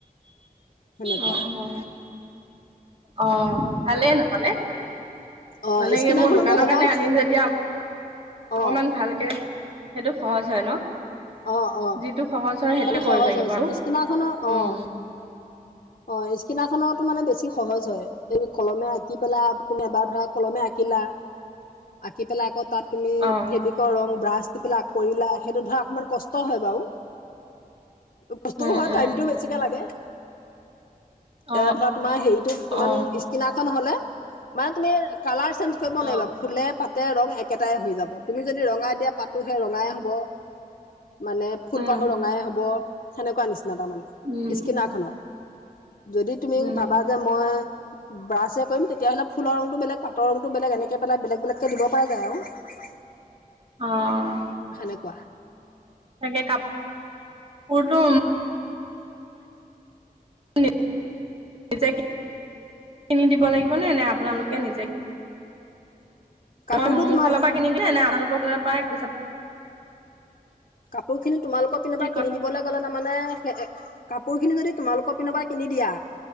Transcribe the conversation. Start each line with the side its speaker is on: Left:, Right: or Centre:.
Left: সেনেকুৱা।
Right: অ অ অ ভালেই নহলে
Left: অ
Right: মানে
Left: স্কিনাৰখনতো
Right: কি মোৰ দোকানৰ
Left: সহজ
Right: কাৰণে আনিম যেতিয়া অকমান
Left: অ
Right: ভালকে সেইটো সহজ হয় ন।
Left: অ অ
Right: যিটো সহজ হয় সেইটোৱে
Left: সেইটো
Right: কৰিব
Left: সহজ
Right: লাগিব
Left: হৈ
Right: আৰু
Left: স্কিনাৰখনৰ,
Right: উম
Left: অ অ স্কিনাখনৰতো মানে বেছি সহজ হয় এই কলমে আঁকি পেলা, তুমি এবাৰ ধৰা কলমে আঁকিলা আঁকি পেলাই আকৌ তাত তুমি
Right: অ
Left: ফেব্ৰিকৰ ৰং, ব্ৰাছ দি পেলাই কৰিলা সেইটো ধৰা অকমান কষ্ট হয় বাৰু বস্তু
Right: উম
Left: হয়,
Right: উম
Left: টাইমটো বেছিকে লাগে।
Right: অ
Left: এয়া ধৰা তোমাৰ হেৰিটোত
Right: অ
Left: ইমান স্কিনাখন হলে মা তুমি কালাৰ চেঞ্জ কৰিব নোৱাৰিবা,
Right: অ
Left: ফুলে পাতে ৰং এক একেটাই হৈ যাব তুমি যদি ৰঙাই দিয়া পাতো সে ৰঙাই হ'ব। মানে ফুলপাহো
Right: উম
Left: ৰঙাই হ'ব। সেনেকুৱা নিচি তাৰ মানে
Right: উম
Left: স্কিনাৰখনত, যদি তুমি
Right: উম
Left: ভাবা যে মই ব্ৰাছে কৰিম তেতিয়াহলে ফুলৰ ৰংটো বেলেগ, পাতৰ ৰংটো বেলেগ এনেকে পেলাই বেলেগ বেলেগকে দিব পৰা যায় আৰু।
Right: অহ।
Left: সেনেকুৱা
Right: তাকে কাপ, কাপোৰটো মই নিজে, কিনি দিব লাগিবনে নে আপোনালোকে নিজে
Left: কাপোৰটো
Right: তই মোৰ
Left: তোমাল
Right: ফালৰ পৰা কিনি দিলে নে আমালোকৰ ফালৰ পৰাই।
Left: কাপোৰ খিনি তোমালোকৰ পিনে
Right: কি
Left: পৰাই
Right: কয়
Left: কিনি দিবলৈ গ'লে তাৰমানে এ কাপোৰ। কাপোৰখিনি যদি তোমালোকৰ পিনৰ পৰা কিনি দিয়া,